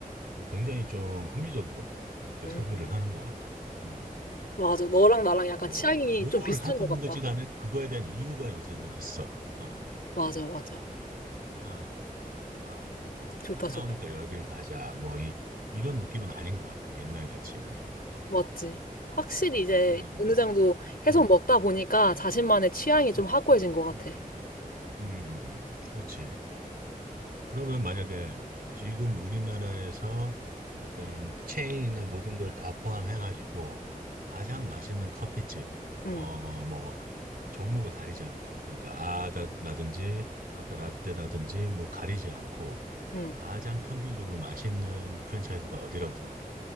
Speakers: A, on the right; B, on the left.
A: 어, 굉장히 좀 합리적으로 이렇게
B: 음.
A: 소비를 하는 것 같아. 음,
B: 맞아. 너랑 나랑 약간
A: 뭐,
B: 취향이
A: 뭘
B: 좀 비슷한
A: 하든지
B: 것 같다.
A: 간에 그거에 대한 이유가 요새는 있어. 어,
B: 맞아, 맞아.
A: 어, 뭐, 가,
B: 좋다,
A: 가까우니까
B: 좋다.
A: 여길 가자. 뭐, 이, 이런 느낌은 아닌 것 같아. 옛날 같이 그냥. 어,
B: 맞지. 확실히 이제
A: 어, 음,
B: 어느 정도 계속
A: 음,
B: 먹다 보니까 자신만의 취향이 좀
A: 음,
B: 확고해진 것 같아.
A: 음, 음, 음, 음. 음. 그렇지. 그러면 만약에 지금 우리나라에서 약간 체인이나 모든 걸 다 포함해가지고 가장 맛있는 커피집, 어,
B: 응,
A: 뭐, 종목을 가리지 않고 그러니까 아다라든지 카페 라떼라든지 뭐 가리지 않고
B: 응.
A: 가장 평균적으로 맛있는 프랜차이즈가 어디라고 생각해?